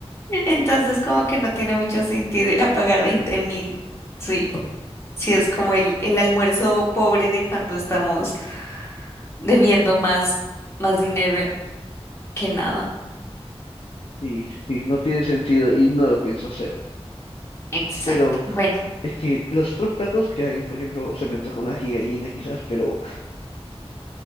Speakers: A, on the left (about 25°); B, on the left (about 60°).
A: Entonces, como que no tiene mucho sentido ir a pagar veinte mil. Sí, sí, es como el, el almuerzo pobre de cuando estamos debiendo más, más dinero que nada.
B: Y, y no tiene sentido y no lo pienso hacer.
A: Exacto.
B: Pero
A: Bueno,
B: es que los otros platos que hay, por ejemplo, se me antoja una gigallina quizás, pero